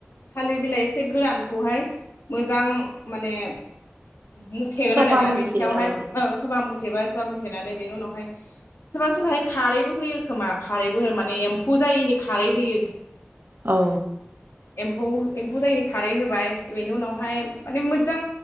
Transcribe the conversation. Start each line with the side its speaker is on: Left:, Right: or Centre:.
Left: थालिर बिलाइ एसे गोरानखौहाय मोजां माने मुथेगोन
Right: सफा
Left: आरो ना
Right: मुथे
Left: बेनि सायावहाय
Right: औ
Left: ओं सबा मु मुथेबा सोबा मुथेनानै बेनि उनावहाय सोरबा सोरबाहाय खारैबो होयो खोमा खारैबो हो माने एम्फौ जायिनि खारै होयो
Right: औ
Left: एम्फौ-एम्फौ जायनि खारै होबाय बेनि उनावहाय माने मोजां